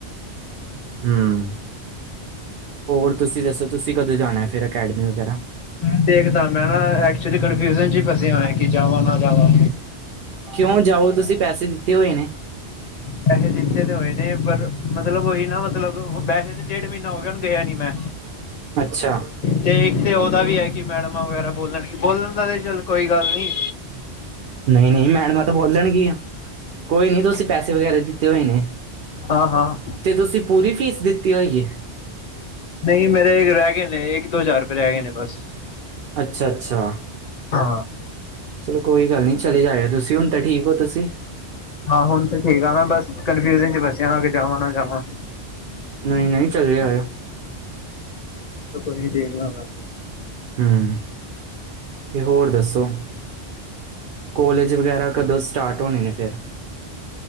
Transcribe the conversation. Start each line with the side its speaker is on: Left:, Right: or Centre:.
Right: ਹਮ, ਹੋਰ ਤੁਸੀਂ ਦੱਸੋ ਤੁਸੀਂ ਕਦੋਂ ਜਾਣਾ ਫੇਰ ਅਕੈਡਮੀ ਵਗੈਰਾ?
Left: ਮੈਂ ਦੇਖਦਾ ਮੈਂ ਨਾ, ਐਕਚੁਲੀ ਕਨਫਿਊਜਨ ਚ ਹੀ ਫਸਿਆ ਹੋਇਆ ਕਿ ਜਾਵਾਂ ਨਾ ਜਾਵਾਂ।
Right: ਕਿਉਂ ਜਾਓ ਤੁਸੀਂ ਪੈਸੇ ਦਿੱਤੇ ਹੋਏ ਨੇ?
Left: ਪੈਸੇ ਦਿੱਤੇ ਤੇ ਹੋਏ ਨੇ ਪਰ, ਮਤਲਬ ਉਹੀ ਨਾ ਮਤਲਬ ਪੈਸੇ ਦੇ ਡੇਢ ਢ ਮਹੀਨਾ ਹੋ ਗਿਆ ਹੁਣ ਗਿਆ ਨੀ ਮੈਂ।
Right: ਅੱਛਾ
Left: ਤੇ ਇੱਕ ਤੇ ਉਹਦਾ ਵੀ ਐ ਕਿ ਮੈਡਮਾਂ ਵਗੈਰਾ ਬੋਲਣਗੇ, ਬੋਲਣ ਦਾ ਤੇ ਚੱਲ ਕੋਈ ਗੱਲ ਨੀ।
Right: ਨਹੀਂ -ਨਹੀਂ ਮੈਡਮਾਂ ਤਾਂ ਬੋਲਣਗੀਆਂ, ਕੋਈ ਨੀ ਤੁਸੀਂ ਪੈਸੇ ਵਗੈਰਾ ਦਿੱਤੇ ਹੋਏ ਨੇ।
Left: ਹਾਂ-ਹਾਂ।
Right: ਤੇ ਤੁਸੀਂ ਪੂਰੀ ਫੀਸ ਦਿੱਤੀ ਹੋਈ ਐ?
Left: ਨਹੀਂ ਮੇਰੇ ਰਹਿ ਗਏ ਨੇ ਇੱਕ- ਦੋ ਹਜ਼ਾਰ ਰੁਪਏ ਰਹਿ ਗਏ ਨੇ ਬਸ।
Right: ਅੱਛਾ-ਅੱਛਾ।
Left: ਹਾਂ
Right: ਚਲੋ ਕੋਈ ਗੱਲ ਨਹੀਂ ਚਲੇ ਜਾਇਓ ਤੁਸੀਂ ਹੁਣ ਤਾਂ ਠੀਕ ਓ ਤੁਸੀਂ?
Left: ਹਾਂ ਹੁਣ ਤੇ ਠੀਕ ਆ ਮੈਂ ਬਸ, ਕਨਫਿਊਜਨ ਚ ਫਸਿਆ ਵਾ ਕਿ ਜਾਵਾਂ ਨਾ ਜਾਵਾਂ?
Right: ਨਈ-ਨਈ ਚਲੇ ਜਾਇਓ।
Left: ਤੇ ਕੋਈ ਨੀ ਦੇਖਨਾ ਮੈਂ।
Right: ਹਮ, ਤੇ ਹੋਰ ਦੱਸੋ? ਕੋਲੇਜ ਵਗੈਰਾ ਕਦੋਂ ਸਟਾਰਟ ਹੋਣੇ ਨੇ ਫੇਰ?